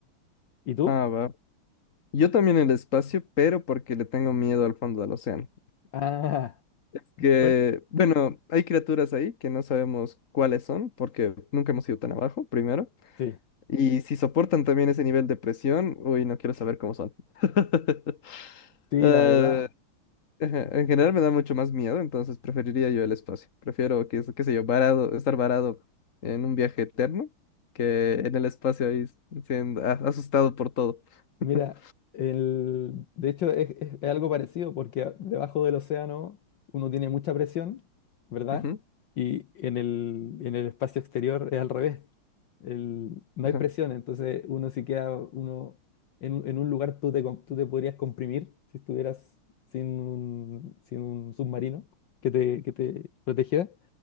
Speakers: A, on the left; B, on the left.
A: ¿Y tú?
B: Ah, va. Yo también el espacio, pero porque le tengo miedo al fondo del océano.
A: Ah,
B: Es que,
A: bueno,
B: bueno, hay criaturas ahí que no sabemos cuáles son porque nunca hemos ido tan abajo, primero.
A: sí,
B: Y si soportan también ese nivel de presión, uy, no quiero saber cómo son. <laughs>
A: sí,
B: Eh,
A: la verdad.
B: ajá, en general me da mucho más miedo, entonces preferiría yo el espacio. Prefiero, qué, sé- qué sé yo, varado, estar varado en un viaje eterno que en el espacio ahí siendo a- asustado por todo.
A: Mira,
B: <laughs>
A: el, de hecho es, es- es algo parecido porque a- debajo del océano uno tiene mucha presión, ¿verdad?
B: Ujú,
A: Y en el, en el espacio exterior es al revés. El- no
B: ajá.
A: hay presión, entonces uno si queda uno en, un en un lugar tú te, com- tú te podrías comprimir si estuvieras sin un, sin un submarino que te, que te protegiera.